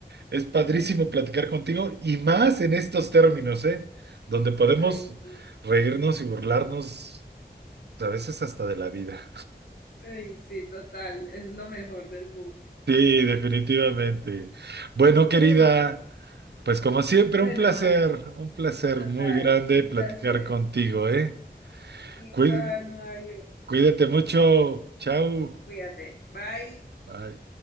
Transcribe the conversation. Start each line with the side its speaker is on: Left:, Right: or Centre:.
Right: es padrísimo platicar contigo y más en estos términos, ¿eh? Donde podemos
Left: Ay, sí.
Right: reírnos y burlarnos a veces hasta de la vida.
Left: Ay, sí, total. Es lo mejor del mundo.
Right: Sí,
Left: <laughs>
Right: definitivamente. Bueno, querida,
Left: Uy,
Right: pues como siempre,
Left: bueno,
Right: un placer,
Left: Mario,
Right: un placer
Left: total,
Right: muy grande
Left: un
Right: platicar
Left: placer.
Right: contigo, ¿eh?
Left: Igual,
Right: Cuí-
Left: Mario,
Right: Cuídate mucho. Chao.
Left: cuídate. Bye.
Right: Bye.